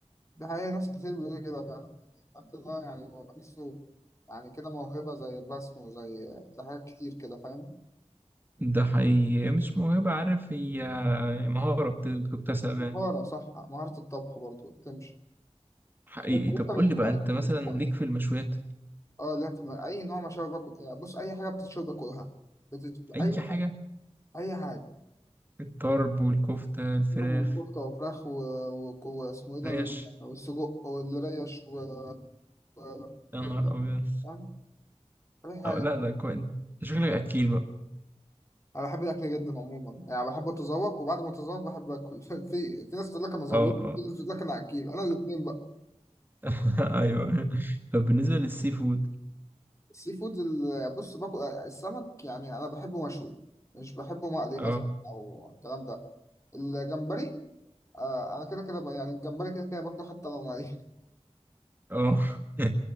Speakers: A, on the left; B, on the right.
A: دي حقيقه ناس كتير بيقولوا لي كده فعلا الأكل ده يعني هو بحسه يعني كده موهبه زي الرسم وزي زي حاجات كتير كده فاهم
B: ده حقيقي مش موهبة عارف هي مهارة بت- بتكتسب يعني
A: مهاره صح مهاره الطبخ برضه تمشي
B: حقيقي
A: طب انت بتطبخ
B: طب قول لي بقى أنت مثلا ليك في المشويات
A: اه لا اي نوع مشاوي باكل يعني بص اي حاجه بتتشوي باكلها بتت...
B: أي
A: اي
B: حاجة
A: اي حاجه
B: الطرب والكفتة الفراخ
A: برضه قطه وفراخ و- و- واسمه ايه ده
B: ريش
A: والسجق والريش و و-
B: يا نهار أبيض
A: فاهم اي حاجه
B: أو لا لا كويس أنت شكلك أكيل بقى
A: انا بحب الاكل جدا عموما يعني بحب اتذوق وبعد ما اتذوق بحب اكل <laughs> في في ناس تقول لك انا ذوقت
B: أه أه
A: في ناس تقول لك انا اكيل انا الاثنين بقى
B: <laughs> أيوه طب بالنسبة للسي فود
A: السي فود ال- بص باكل السمك يعني انا بحبه مشوي مش بحبه مقلي
B: أه
A: مثلا او الكلام ده الجمبري آه انا كده كده بقى- يعني الجمبري كده كده باكله حتى لو ني
B: أه <laughs>